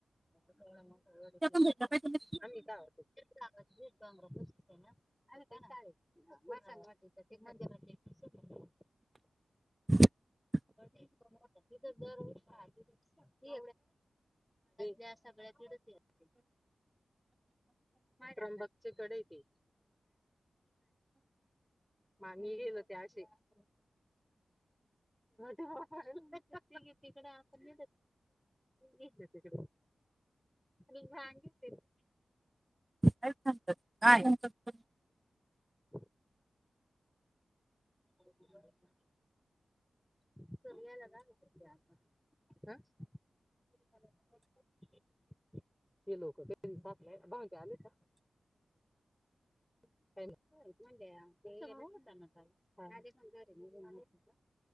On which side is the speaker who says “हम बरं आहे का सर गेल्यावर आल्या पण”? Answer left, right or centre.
Centre